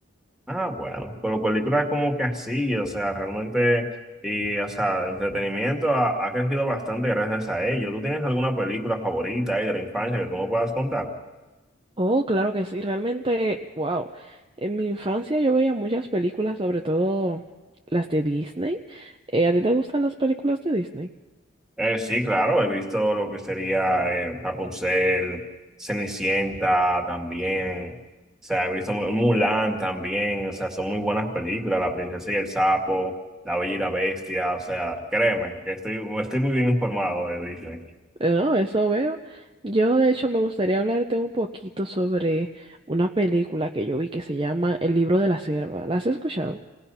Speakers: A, in the centre; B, on the right.
A: ah, bueno, pero películas como que así, o sea, realmente, y, o sea, el entretenimiento ha, ha crecido bastante gracias a ello. ¿Tú tienes alguna película favorita ahí de la infancia que tú me puedas contar?
B: Oh, claro que sí, realmente, wow. En mi infancia yo veía muchas películas, sobre todo las de Disney. Eh, ¿a ti te gustan las películas de Disney?
A: Eh, sí, claro, he visto lo que sería eh, Rapunzel, Cenicienta también, o sea, he visto Mu- Mulan también, o sea, son muy buenas películas, La princesa y el sapo, La bella y la bestia, o sea, créeme, que estoy, estoy muy bien informado de Disney.
B: Eh, No, eso veo. Yo, de hecho, me gustaría hablarte un poquito sobre una película que yo vi que se llama El libro de la sierva. ¿La has escuchado?